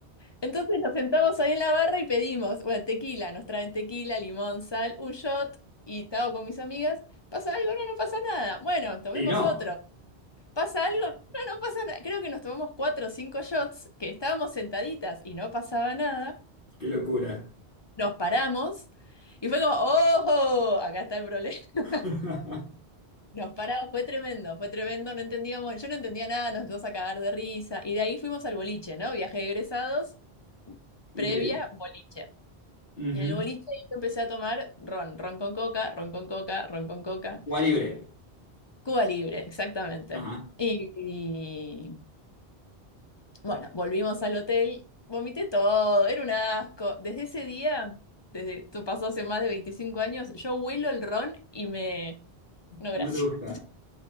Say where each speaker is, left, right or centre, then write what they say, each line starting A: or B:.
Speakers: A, on the left (about 30°); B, on the left (about 55°).
A: Entonces nos sentamos ahí en la barra y pedimos, bueno, tequila, nos traen tequila, limón, sal, un shot y estaba con mis amigas. ¿Pasa algo? No, no pasa nada. Bueno, tomemos
B: Y no,
A: otro. ¿Pasa algo? No, no pasa nada. Creo que nos tomamos cuatro o cinco shots, que estábamos sentaditas y no pasaba nada.
B: qué locura.
A: Nos paramos y fue como, ¡ojo! Acá está el problema. <laughs>
B: <laughs>
A: Nos paramos, fue tremendo, fue tremendo, no entendíamos, yo no entendía nada, nos empezamos a cagar de risa. Y de ahí fuimos al boliche, ¿no? Viaje de egresados,
B: De-
A: previa, boliche.
B: Ujú.
A: Y en el boliche yo empecé a tomar ron, ron con coca, ron con coca, ron con coca,
B: Cuba libre.
A: Cuba Libre, exactamente.
B: Ajá,
A: Y, y, bueno, volvimos al hotel, vomité todo, era un asco. Desde ese día, desde esto pasó hace más de 25 años, yo huelo el ron y me... No,
B: no
A: gracias.
B: te gusta.
A: <laughs>